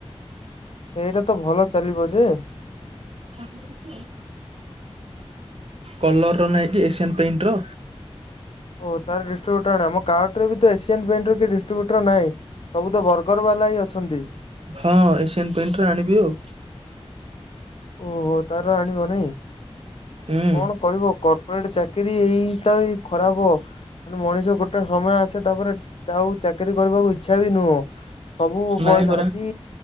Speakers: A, on the left (about 60°); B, on the right (about 65°).
A: ସେଇଟା ତ ଭଲ ଚାଲିବ ଯେ
B: ଖାଲି ଅଛି। କଲର ର ନାହିଁ କି? ଏସିଆନ୍ ପେଣ୍ଟ ର
A: ଓ ତାର ମୋ କାର୍ଟରେ ବି ଏସିଆନ୍ ପେଣ୍ଟର କିଏ ଡିଷ୍ଟ୍ରିବ୍ୟୁଟର ନାହିଁ ସବୁ ତ ବର୍ଗର ବାଲା ହିଁ ଅଛନ୍ତି।
B: ହଁ ଏସିଆନ୍ ପେଣ୍ଟ ର ଆଣିବି ଆଉ।
A: ଓହୋ ତାର ଆଣିବ ନାଇଁ ଆଉ
B: ହୁଁ
A: କଣ? କରିବ କର୍ପୋରେଟ ଚାକିରି ଏଇ ତ ଏଇ ଖରାପ ମାନେ ମଣିଷକୁ ଗୋଟେ ସମୟ ଆସେ ତାପରେ ଆଉ ଚାକିରୀ କରିବାକୁ ଇଚ୍ଛା ବି ନୁହଁ। ସବୁ ବୟସ
B: ନାହିଁ ପରା
A: ଆଜି